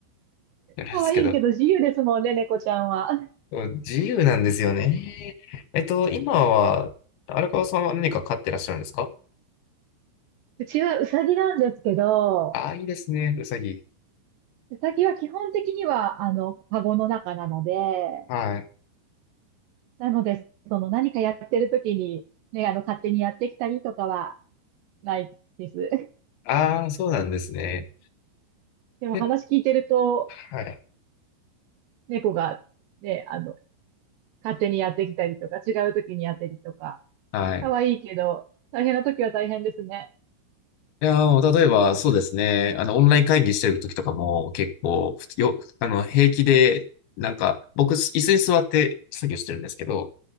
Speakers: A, on the left; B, on the right.
A: やるんですけど、
B: 可愛いけど自由ですもんね、猫ちゃんは。
A: 自由なんですよね。えっと、今は、荒川さんは何か飼ってらっしゃるんですか
B: うちはウサギなんですけど、
A: ああいいですね、うさぎ。
B: ウサギは基本的には、あの、カゴの中なので、
A: はい。
B: なので、その何かやってる時に、ね、あの、勝手にやってきたりとかはないです。<laughs>
A: ああ、そうなんですね。
B: でも話聞いてると、
A: え、はい。
B: 猫が、ね、あの、勝手にやってきたりとか、違う時にやってるとか、
A: はい。
B: 可愛いけど、大変な時は大変ですね。
A: いやー、例えば、そうですね。あの、オンライン会議してる時とかも、結構、よ、あの、平気で、なんか、僕、椅子に座って作業してるんですけど、